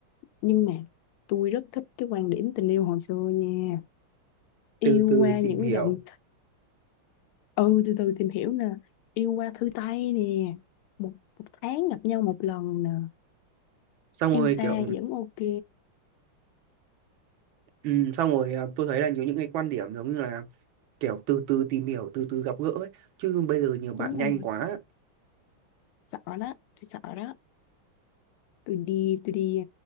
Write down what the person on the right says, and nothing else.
từ từ
tìm hiểu
xong
rồi
kiểu
ừm, xong rồi à, tôi thấy là nhiều những cái quan điểm giống như là kiểu từ từ tìm hiểu từ từ gặp gỡ ấy. chứ bây giờ nhiều bạn
nhanh
quá